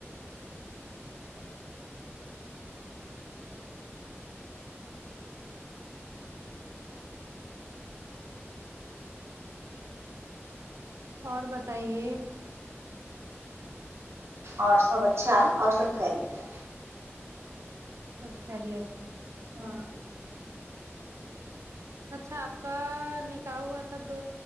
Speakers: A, on the right; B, on the right.
A: اور بتائیے
B: اور سب اچھا اور سب خیریت ہے
A: سب خیریت ہے
B: ہاں
A: اچھا آپ کا نکاح ہوا تھا تو